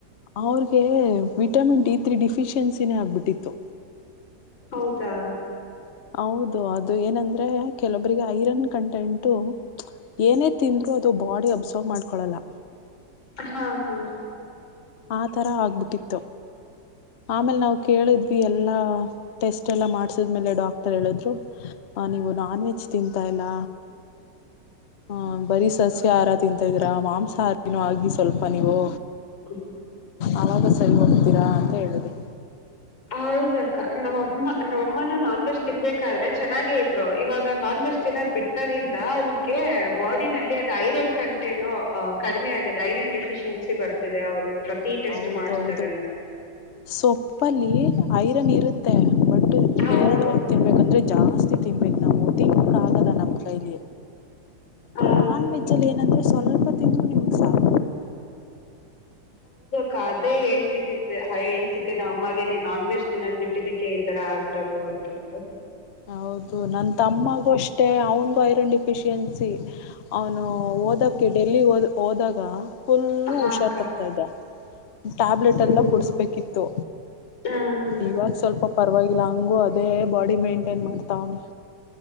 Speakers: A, on the left; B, on the left.
A: ಅವ್ರಗೆ ವಿಟಮಿನ್ ಡಿ ತ್ರಿ ಡಿಫಿಶಿಯನ್ಸಿನೇ ಆಗ್ಬಿಟ್ಟಿತ್ತು
B: ಹೌದಾ
A: ಹೌದು ಅದು ಏನಂದ್ರೆ ಕೆಲೊಬ್ರರಿಗೆ ಐರನ್ ಕಂಟೆಂಟು ಏನೇ ತಿಂದ್ರು ಅದು ಬಾಡಿ ಅಬ್ಸರ್ವ್ ಮಾಡ್ಕೊಳ್ಳಲ್ಲ
B: ಹಾ ಹಾ ಹಾ
A: ಆ ತರ ಆಗ್ಬಿಟ್ಟಿತ್ತು ಆಮೇಲೆ ನಾವ್ ಕೇಳಿದ್ವಿ ಎಲ್ಲಾ ಟೆಸ್ಟ್ ಎಲ್ಲ ಮಾಡ್ಸಿದ್ಲೆ ಡಾಕ್ಟರ್ ಹೇಳಿದ್ರು ಹ ನೀವು ನಾನ್ ವೆಜ್ ತಿಂತಾ ಇಲ್ಲ ಹ ಬರೀ ಸಸ್ಯಹಾರ ತಿಂತಿದೀರಾ ಮಾಂಸಾಹಾರಿನೂ ಆಗಿ ಸ್ವಲ್ಪ ನೀವು
B: ಹ
A: ಆಾಗ ಸರಿ ಹೋಗುತ್ತೀರಾ ಅಂತ ಹೇಳಿದ್ರು
B: ಹೌದಕ್ಕ ನಾವಮ್ಮ ನಮ್ಮ ಅಮ್ಮನು ನಾನ್ ವೆಜ್ ತಿನ್ಬೇಕಾದ್ರೆ ಚೆನ್ನಾಗೆ ಇದ ಇವಾಗ ನಾನ್ ವೆಜ್ ಚೆನ್ನಾದ್ ಬಿಟ್ಟಾಗಿ ಅವ್ರಿಗೆ ಬಾಡಿನಲ್ಲಿ ಅದು ಐರನ್ ಕಂಟೆನ್ ಕಡಿಮೆ ಆಗಿದೆ ಐರನ್ ಡೆಫಿಷಿಯನ್ಸಿ ಬರ್ತದೆ ಪ್ರತಿ ಟೆಸ್ಟ್
A: ಹೌದು
B: ಮಾಡಸಿದಾಗಲ್ಲ
A: ಹೌದು ಸೊಪ್ಪಲ್ಲಿ ಐರನ್ ಇರುತ್ತೆ ಬಟ್
B: ಹೌದು
A: ಹೇರಳವಾಗಿ ತಿನ್ಬೇಕಂದ್ರೆ ಜಾಸ್ತಿ ತಿನ್ಬೇಕ ನಾವು ತಿಕ್ ಆಗಲ್ಲ ನಮ್ಮ್ ಕೈಲಿ
B: ಹ
A: ನಾನ್ ವೆಜ್ ಅಲ್ಲಿ ಏನಂದ್ರೆ ಸ್ವಲ್ಪ ತಿಂದು ನಿಮಗೆ ಸಾಕು
B: ಕ ಅದೇ ಹೇಳ್ತಿದ್ದಿದ್ದೆ ಹೇಳ್ತಿದ್ದೆ ನ ಅಮ್ಮಾಗೆ ನೀ ನಾನ್ ವೆಜ್ ತಿನ್ನೋ ಬಿಟ್ಟಿದ್ದಕ್ಕೆ ಈ ತರ ಆಗಿರೋದು ಅಂತ್ರು
A: ಹೌದು ನನ್ ತಮ್ಮಗೂ ಅಷ್ಟೆ ಅವನ್ಗೂ ಐರನ್ ಡಿಫಿಶಿಯೆನ್ಸಿ ಅವನು ಓದಕ್ಕೆ ಡೆಲ್ಲಿದ ಹೋದಾಗ ಫುಲ್ಲ
B: ಹ ಹಾ
A: ಹುಷಾರ್
B: ಅಕ್ಕ
A: ತಕ್ತಾ ಇದ್ದ ಟ್ಯಾಬ್ಲೆಟ್
B: ಹ್ಮ್
A: ಎಲ್ಲ ಕುಡಸ್ಬೇಕಿತ್ತು
B: ಹ ಹ್ಮ್
A: ಇವಾಗ
B: ಹ್ಮ್
A: ಸ್ವಲ್ಪ ಪರವಾಗಿ ಇಲ್ಲ ಹಂಗು ಅದೇ ಬಾಡಿ ಮೇಂಟೈನ್ ಮಾಡ್ತಾವನ